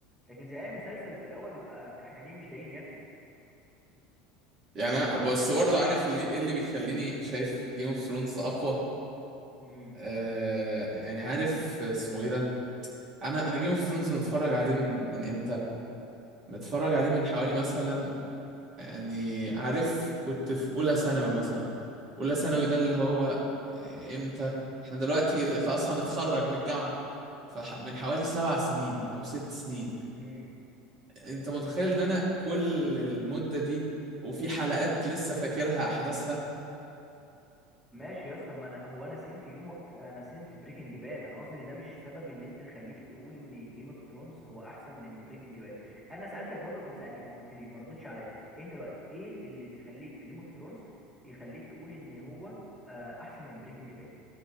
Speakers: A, in the centre; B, on the right.
A: لكن زي اي مسلسل في الاول بتبقى كحيانين مش لاقيين ياكلوا
B: يعني أنا- بس برضه عارف ليه ايه اللي بيخليني شايف جيم اوف ثرونز اقوى
A: امم
B: آه يعني عارف اسمه ايه ده انا انا جيم اوف ثرونز متفرج عليه من من امتى متفرج عليه من حوالي مثلا يعني عارف كنت في اولى ثانوي مثلا اولى ثانوي
A: اه
B: ده اللي هو آه، امتى احنا دلوقتي خلاص هنتخرج من الجامعة فمن حوالي سبع سنين او ست سنين
A: اه
B: انت متخيل ان انا كل المدة دي وفي حلقات لسه فاكرها احداثها
A: ماشي يا اسطى ما انا هو انا سيم في جيم في انا سيم في بريكنج باد انا قصدي ان ده مش سبب ان انت تخليك تقول ان جيم اوف ثرونز هو احسن من بريكنج باد انا سالتك برضو انت ما سالت ما قلتليش ما ردتش عليا انت دلوقتي ايه اللي بيخليك في جيم اوف ثرونز يخليك تقول ان هو آه، احسن من بريكنج باد